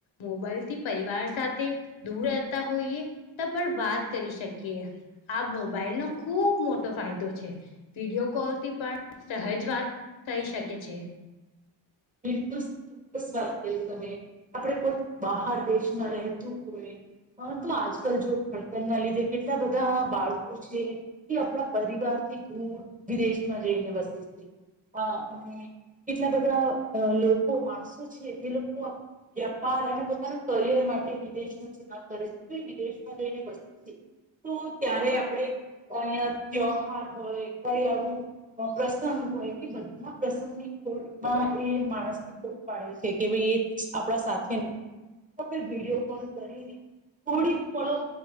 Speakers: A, on the left; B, on the right.
A: મોબાઈલ થી પરિવાર સાથે દૂર રહેતા હોઈએ તો પણ વાત કરી શકી આ મોબાઈલ નો ખૂબ મોટો તો ફાયદો છે વિડીિયો કોલ થી પણ સહજ વાત થઈ શકે છે.
B: બિલકુલ ચોક્સ વાત કરી તમે આપણે કોઈ બહાર દેશમાં રહેતું હોય. હ તો આજકાલ જો ઘડતન ના લીધે કેટલા બધા બાળકો છે. એ આપણા પરિવાર થી દૂર વિદેશમાં જઈને વસે છે હ અને કેટલા બધા લોકો માણસો છે જે લોકો વ્યાપાર અને પોતાના કરિયર માટે વિદેશ ે છે વિદેશમાં જઈને વસે છે તો ત્યારે આપણે અહિયાં ત્યોહાર હોય કઈ આવું. પ્રસંગ હોય બધા પ્રસંગની ખોમાં એ માણસની ખોટ પાડે છે કે ભાઈ એ આપણા સાથે તો વિડીયો કોલ કરીને. થોડીક પળો